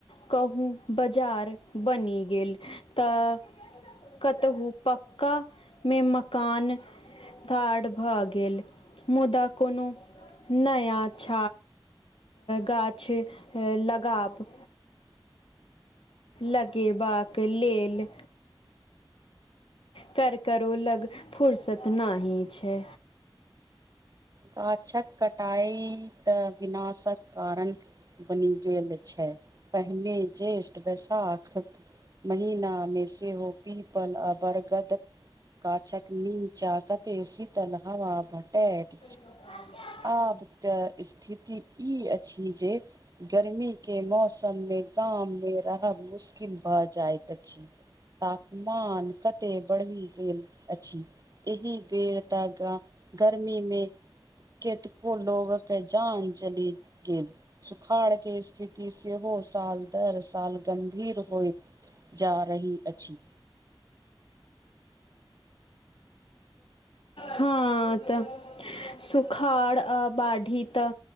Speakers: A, on the left; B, on the right.
A: कहूँ बाजार बनि गेल, तऽ कतहुू पका मे मकान। धार भऽ गेल, मुदा कोनो नया छ गाछ लगाब लगेबाक लेल। कर करो लग फुर्सत न ही छै।
B: गाछक कटाई तऽ विनाशक कारण बनि गेलल छै, पहिने जेष्ठ, बैशाख महीनामे सेहो पीपल अ बरगद काछक नीम्चा कथे शीतल हवा भटैत
A: <unintelligible>
B: आब तऽ स्थिति ई अछि जे गर्मी के मौसम सम मे गाम मे रहब मुश्किल भऽ जाइत अछि ता मान कते बढ़ी गेल अछि, एहि बेर ता गा गर्मी मे कतेको लोग के जान चलि गेल। सुखाड़ के स्थिति से हो साल दर साल गम्भीर होइत जा रही अछि।
A: हाँ त सुखाड़ आ बाढ़ी त